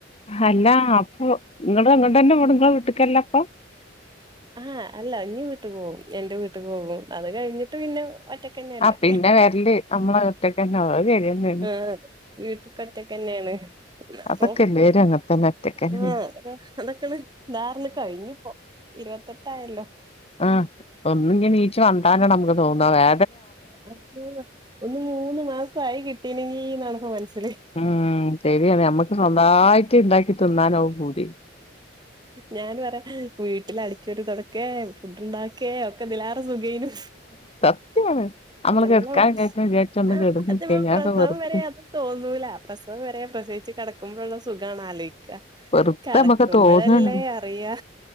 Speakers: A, on the left; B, on the right.
A: അല്ല അപ്പൊ നിങ്ങള് നിങ്ങള തന്നെ ആണുങ്ങള വീട്ടിക്കല്ല അപ്പൊ?
B: ആഹ് അല്ല ഇഞ് വീട്ടുക്ക് പോകും എന്റെ വീട്ടിക്ക്‌ പോകും അത് കഴിഞ്ഞിട്ട് പിന്നെ ഒറ്റക്കന്നെയല്ലേ
A: ആഹ് പിന്നെ വരല് നമ്മളെ ഒറ്റക്കന്നെ അത് ശരിയെന്നേണ്
B: ആഹ്. വീട്ടുക്ക് ഒറ്റയ്ക്കെന്നെണ് അപ്പൊ
A: അതൊക്കെ എല്ലാരും അങ്ങൻത്തന്നെ ഒറ്റക്കന്നെ
B: ആ അ അതൊക്കാണ് താർന്ന് കഴിഞ്ഞുപ്പോ ഇരുവത്തെട്ടായല്ലോ?
A: ആ ഒന്നും ഇനീച്ചു വേണ്ടാന്ന് നമുക്ക് തോന്ന വേ
B: അന്ക്ക് ഒന്ന് മൂന്ന് മാസായി കിട്ടീനെങ്കിനാണിപ്പ മനസി
A: ഉം തരിയാ ഞമ്മക്ക് സ്വന്തമായിട്ട് ഇണ്ടാക്കി തിന്നാനാവു പൂതി
B: ഞാൻ പറയാ വീട്ടിൽ അടിച്ചു വാരി തുടക്കേ ഫുഡ് ഇണ്ടാക്കേ ഒക്കെ ഇതിലാറ് സുഖയുനു.
A: സത്യാണ് നമ്മള്
B: എല്ലാ
A: കെടക്കാൻ വിചാരിച്ചാ വിചാരിച്ച് ഒന്ന്
B: ആ
A: കെടന്ന്
B: അതിപ്പ
A: കഴിഞ്ഞാ
B: പ്രസവം
A: അതൊക്കെ വെറുതെ
B: വരെ തോന്നൂല പ്രസവം വരെ പ്രസവിച്ച് കിടക്കുമ്പോഴുള്ള സുഖാണ് ആലോയിക്ക.
A: വെറുതെ
B: കെടക്കുമ്പഴല്ലേ
A: മ്മക്ക് തോന്നാണ്
B: അറിയാ